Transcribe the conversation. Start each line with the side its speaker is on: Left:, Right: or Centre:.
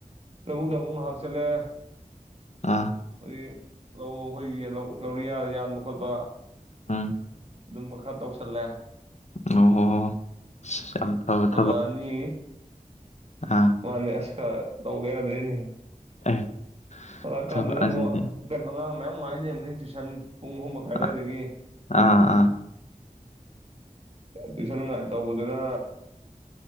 Right: ꯇꯧꯕꯨꯛꯇꯌꯨꯛ ꯉꯍꯥꯛ ꯆꯠꯂꯦ
Left: ꯑꯥ
Right: ꯑꯣꯏ ꯂꯧ ꯑꯩꯈꯣꯏꯒꯤ ꯂꯧꯔꯤꯌꯥ ꯌꯥꯟꯕ ꯈꯣꯠꯄ
Left: ꯎꯝ
Right: ꯑꯗꯨꯝꯕ ꯈꯔ ꯇꯧꯁꯜꯂꯦ
Left: ꯑꯣ ꯍꯣ ꯌꯥꯝ ꯇꯩꯔꯦ
Right: ꯍꯂꯛꯑꯅꯤ
Left: ꯑꯥ
Right: ꯃꯥꯅꯦ ꯈꯔ ꯇꯧꯕ ꯌꯥꯗ꯭ꯔꯦꯅꯦ
Left: ꯑꯦ
Right: ꯍꯂꯛꯑꯀꯥꯟꯗꯅ
Left: ꯊꯕꯛ ꯑꯁꯤꯗꯤ
Right: ꯑꯃꯨꯛ ꯀꯩꯅꯣ ꯑꯉꯥꯡ ꯃꯌꯥꯝ ꯃꯥꯗꯅꯤ ꯇꯨꯁꯟ ꯄꯨꯡ ꯑꯍꯨꯝ ꯃꯈꯥꯏ ꯑꯋꯥꯏꯗꯒꯤ
Left: ꯑꯥ ꯑꯥ
Right: ꯇꯨꯏꯁꯟ ꯇꯧꯕꯗꯨꯅ